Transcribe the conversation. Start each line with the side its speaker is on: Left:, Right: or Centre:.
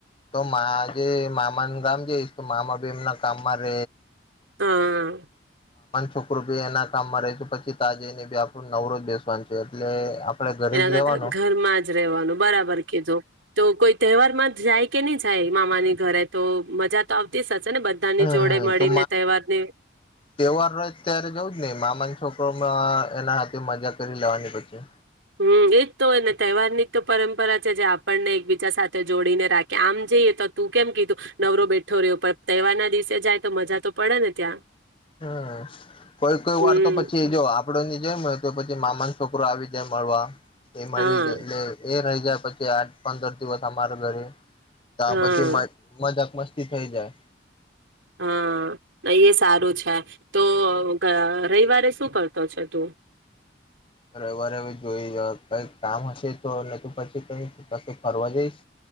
Left: તો માજે મામાનું ગામ જઈશ તો મામા બી એમના કામમાં ર
Right: હા.
Left: છોકર ભી એના કામમાં ર છે પછી તાજેને બી આપણું નવરોજ બેસવાનું છે એટલે આપડે ઘરે
Right: એના
Left: જ
Right: કરતા
Left: રેવાનો
Right: ઘરમાં જ રહેવાનું બરાબર કીધું. તો તો કોઈ તહેવાર માં જાય કે નહી જાય મામાની ઘરે તો મજા તો આવતી. હશે ને બધાની
Left: હમ
Right: જોડે મળીને
Left: તો
Right: તહેવારની
Left: તહેવાર ત્યારે જવું જ નહી મામાન છોકરોમાં એના હથે મજા કરી લેવાની પછી.
Right: હમ એજ તો હોય ને તહેવારની તો પરંપરા છે જે આપણને એકબીજા સાથે જોડીને રાખે આમ જઈએ તો તું કેમ કીધું નવરો બેઠો રહ્યો પણ તહેવાર ના દિવસે જાય તો મજા તો પડે ને ત્યાં.
Left: હમ્મ કોઈ-કોઈ
Right: હમ
Left: વાર તો પછી જો આપડો ની જેમ હોય તો પ મામા છોકરો આવી જાય મળવા. એ મળી
Right: હા
Left: જ એટલે એ રહી જા પછી આઠ પંદર દિવસ અમારા ઘરે તા
Right: હા
Left: પછી મ મદાક મસ્ત થી થઈ જાય.
Right: હા, એ સારું છે તો અહ ગ રવિવારે શું કરતો છે તું?
Left: રવિવારે હવે જોઈ અહ કઈક કામ હશે તો નહીં તો પછી કઈક ફરવા જઈશ.